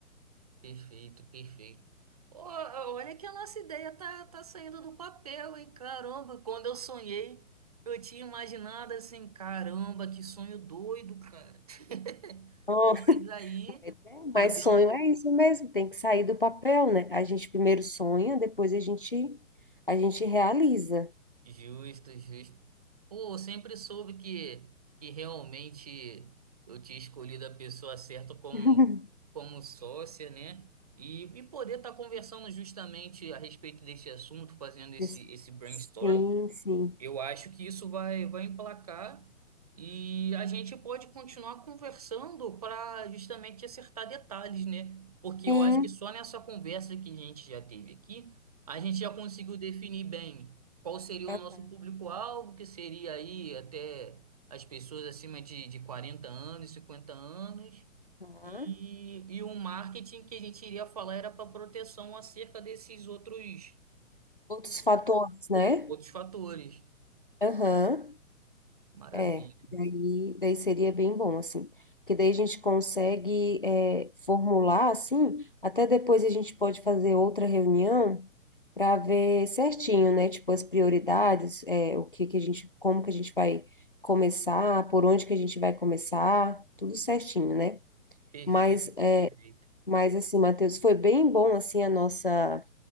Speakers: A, on the right; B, on the left.
A: Perfeito, perfeito. Ó, olha que a nossa ideia tá, tá saindo do papel, hein? Caramba, quando eu sonhei, eu tinha imaginado assim, caramba, que sonho doido, cara. <laughs>
B: Nossa,
A: Mas aí,
B: mas é,
A: podendo
B: mas sonho é isso mesmo, tem que sair do papel, né? A gente primeiro sonha, depois a gente, a gente realiza.
A: Justo, justo. Pô, eu sempre soube que, que realmente eu tinha escolhido a pessoa certa como,
B: <laughs>
A: como sócia, né? E, e poder estar conversando justamente a respeito desse assunto, fazendo esse,
B: Des-
A: esse brainstorm
B: Sim, sim.
A: eu acho que isso vai, vai emplacar e a gente pode continuar conversando para justamente acertar detalhes, né? Porque
B: Sim.
A: eu acho que só nessa conversa que a gente já teve aqui, a gente já conseguiu definir bem qual seria
B: é,
A: o
B: Aham.
A: nosso público-alvo, que seria aí até as pessoas acima de, de 40 anos, 50 anos, e,
B: aham.
A: e o marketing que a gente iria falar era para proteção acerca desses outros,
B: Outros fatores, né?
A: outros fatores.
B: Aham.
A: Maravilha.
B: É, daí, daí seria bem bom, assim, porque daí a gente consegue é, formular, assim, até depois a gente pode fazer outra reunião para ver certinho, né, tipo, as prioridades, é, o que que a gente, como que a gente vai começar, por onde que a gente vai começar, tudo certinho, né?
A: Perfeito,
B: Mas, é,
A: perfeito.
B: mas assim, Matheus, foi bem bom, assim, a nossa